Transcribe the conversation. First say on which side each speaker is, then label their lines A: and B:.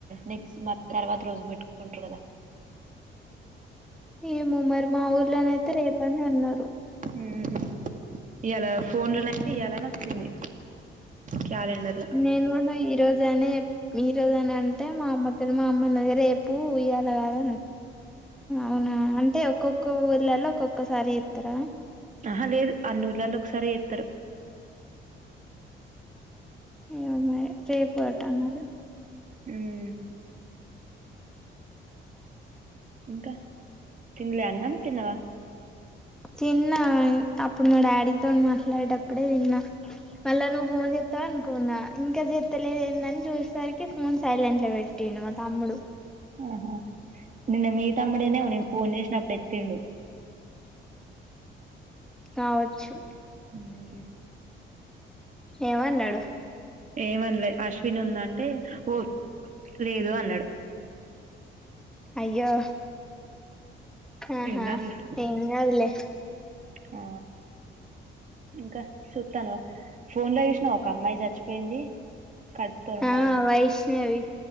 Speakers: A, on the right; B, in the centre.
A: నెక్స్ట్ మ తర్వాత రోజు పెట్టుకుంటారు కదా
B: ఏమొమరి మా ఊర్ళన అయితే రేపని అన్నారు
A: ఉమ్ ఇయాలా ఫోన్ లోనైతే ఇయలని వచ్చింది క్యాలెండర్ లో
B: నేను కూడా ఈ రోజనే ఈ రోజనే అంటే మా అమ్మ తను మా అమ్మ అన్నదే రేపు ఉయ్యాల కాద అవునా అంటే ఒక్కక్కో ఊర్లలో ఒక్కొక్కసారి ఎత్తార
A: ఆహా లేదు అన్ని ఊర్లలో ఒకసారి చెస్తారు
B: అమాయి రేపు కట్టాన్నది
A: హ్మ్మ్ ఇంకా తినలే అన్నాం తిన్నవా
B: తిన్నా అప్పుడు మా డాడీతోని మాట్లాడేటప్పుడే దిన్నా మళ్ళా నువ్వు ఫోన్ చెత్తవ ను కున్నా ఇంకా చెత్తలేదు ఏందని చూసరికి ఫోన్ సైలెంట్ పెట్టటిండు మా తమ్ముడు
A: ఆహా నిన్న మీ తమ్ముడనే నేను ఫోన్ చేసిన అప్పుడు ఎత్తిండు
B: కావచ్చు
A: హ్మ్మ్
B: ఏమన్నాడు
A: ఏమనలే అశ్విన్ ఉందంటే ఓ లేదు అన్నాడు
B: అయ్యో ఆహా
A: ఏం కాదులే
B: ఏం కాదులే
A: ఆ ఇంకా చూస్తాను ఫోన్ లో చూసినా ఒక అమ్మాయి చచ్చిపోయింది కడుపుత ఉన్నా
B: ఆ
A: ఆమె
B: వైష్ణవి